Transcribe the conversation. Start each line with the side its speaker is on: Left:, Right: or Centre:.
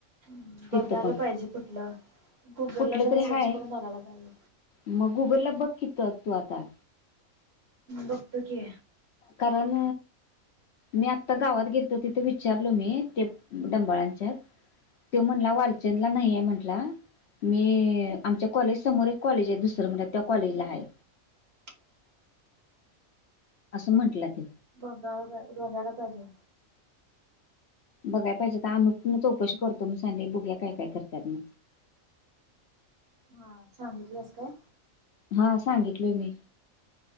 Right: हं बघायला
Left: तिथं पण
Right: पाहिजे कुठलं. गुगल
Left: कुठलं
Right: ला जरा
Left: तरी
Right: सर्च
Left: हाय
Right: करून बघायला पाहिजे.
Left: मग गुगलला बघ की त तू आता.
Right: बघतो की.
Left: कारण मी आत्ता गावात गेेलतो तिथं विचारलो मी ते डंबाळांच्यात. तो म्हणला वालचंदला नाहीये म्हंटला. मी आमच्या कॉलेज समोर एक कॉलेज आय दुसर म्हण त्या कॉलेजला हाय.
Right: <inaudible>
Left: असं म्हंटला ते.
Right: बगा बाय बगाला पाहिजे.
Left: बघाय पाहिजे ता अनुप म चौकशी करतो मी संडे बुगल्या काय काय करत्यात म.
Right: हां, सांगितलंस काय?
Left: हा सांगितलय मी.